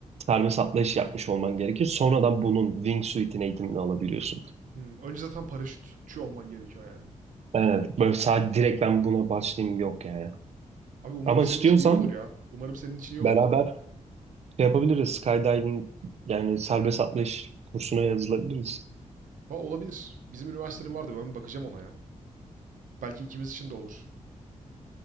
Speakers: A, on the right (about 55°); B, on the right (about 85°).
A: servis atlayış yapmış olman gerekiyor. Sonradan bunun wingsuit'in eğitimini alabiliyorsun.
B: Hmm, önce zaten paraşütçü olman gerekiyor yani.
A: Evet, böyle sadece
B: Anladım.
A: direkt ben buna başlayayım yok yani.
B: Abi umarım
A: Ama
B: senin
A: istiyorsan
B: için iyi olur ya. Umarım senin için iyi
A: beraber
B: olur.
A: şey yapabiliriz. Skydiving yani serbest atlayış kursuna yazılabiliriz.
B: Ha, olabilir. Bizim üniversitenin vardı. Ben bir bakacağım ona ya. Belki ikimiz için de olur.